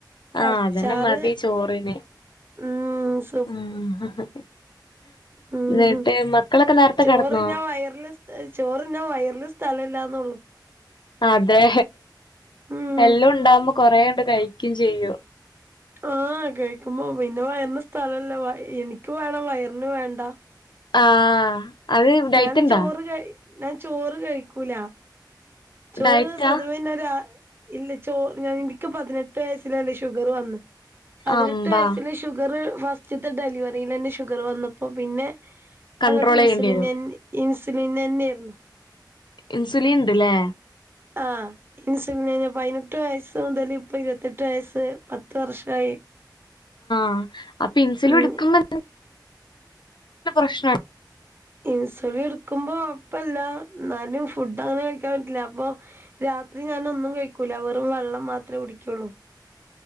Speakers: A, on the left; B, on the right.
A: ആഹ്
B: അച്ചാറ്.
A: അതന്നെ മതി ചോറിന്
B: ഉം സ്
A: ആഹ്
B: ഉം
A: ഇന്ന്ട്ട് മക്കളൊക്കെ നേരത്തെ
B: ചോറ്
A: കെടന്നോ?
B: ഞാൻ വയറില് സ് ചോറ്ന്ന വയർല് സ്ഥലല്ലാന്നൊ ള്ളു.
A: അതെ
B: ഉം
A: എല്ലാം ഉണ്ടാവുമ്പോ കൊറെണ്ട് കഴിക്കയും ചെയ്യും.
B: ആഹ് കഴിക്കുമ്പോ പിന്നെ വയറിന് സ്ഥലല്ല എനിക്ക് വേണം വയറിന് വേണ്ട.
A: ആഹ്. അത് ഡയറ്റ്ണ്ടാ
B: ഞാൻ ചോറ് കഴി ഞാൻ ചോറ് കഴിക്കൂല ചോറ്
A: ഡയറ്റാ
B: സ്വതാവേ ഞാൻ രാ ഇല്ല ചോ ഞൻ ഇനിക്ക് പതിനെട്ട് വയസ്സിലന്നെ ഷുഗർ വന്ന് പതിനെട്ട്
A: അമ്പാ
B: വയസിന് ശു ഷുഗർ ഫസ്റ്റത്തെ ഡെലിവറിലെന്നെ ഷുഗർ വന്നപ്പോ പിന്നെ
A: കൺട്രോൾ
B: അങ്ങട്ട് ഇൻസ്
A: ചെയ്യേണ്ടി വരും
B: ഇൻ ഇൻസുലിനെന്നെരുന്നു.
A: ഇൻസുലിൻ ഇണ്ട്ലേ.
B: ആഹ് ഇൻസുലിനെന്ന പതിനെട്ട് വയസ്സ് മുതല് ഇപ്പൊ ഇരുപത്തെട്ട് വയസ്സ് പത്ത് വർഷായി.
A: ആഹ് അപ്പൊ ഇൻസുലിൻ
B: ഉം
A: ഇടുക്കന്ന് പ്രശ്ന
B: ഇൻസുലിൻ ഇടുക്കുമ്പോ ഒഴപ്പല്ല ഇന്നാലും ഫുഡ് അങ്ങനെ കഴിക്കാൻ പറ്റില്ല അപ്പൊ. രാത്രി ഞാനൊന്നും കഴിക്കൂല വെറും വെള്ളം മാത്രേ കുടിക്കുള്ളൂ.